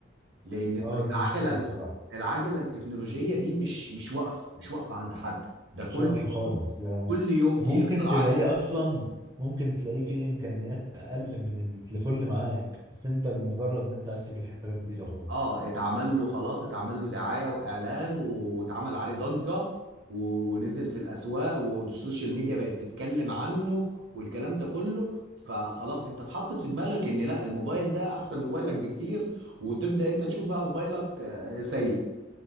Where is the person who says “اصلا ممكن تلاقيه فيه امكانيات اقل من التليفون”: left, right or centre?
Right